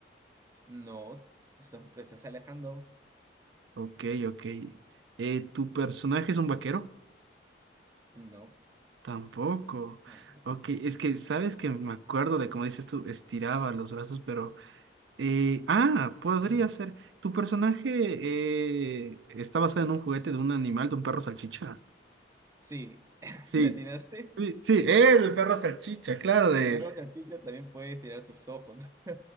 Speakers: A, on the right; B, on the right.
A: No, eso, pues es Alejandro.
B: Ok, ok. Eh, ¿tu personaje es un vaquero?
A: No,
B: Tampoco.
A: tampoco
B: Ok,
A: es así.
B: es que sabes que me acuerdo de cómo dices tú, estiraba los brazos, pero... Eh, ah,
A: Ujú.
B: podría ser. ¿Tu personaje eh, está basado en un juguete de un animal, de un perro salchicha?
A: Sí, <laughs>
B: Sí,
A: la atinaste.
B: sí, sí, el perro salchicha, claro,
A: El
B: de...
A: perro cachicha también puede estirar sus ojos. <laughs>